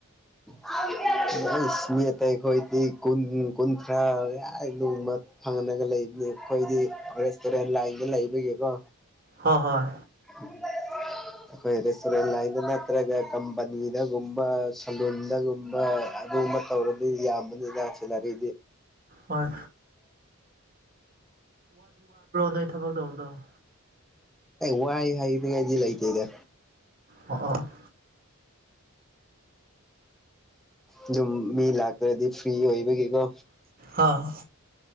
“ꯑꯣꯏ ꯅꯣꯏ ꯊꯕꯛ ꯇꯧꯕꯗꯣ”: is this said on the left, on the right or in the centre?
Right